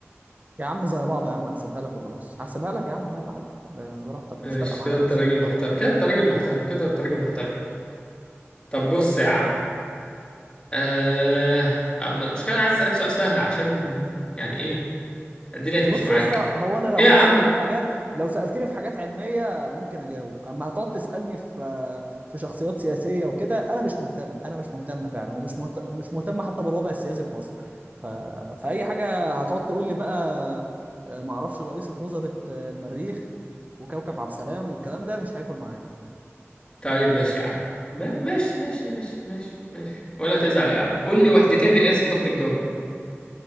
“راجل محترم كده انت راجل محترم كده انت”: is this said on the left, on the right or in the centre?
Left